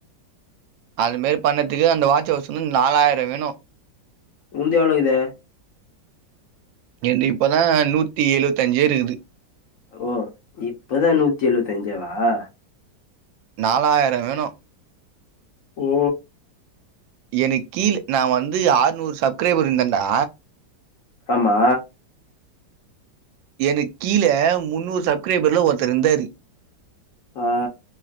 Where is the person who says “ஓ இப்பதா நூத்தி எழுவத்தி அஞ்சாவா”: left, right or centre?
Left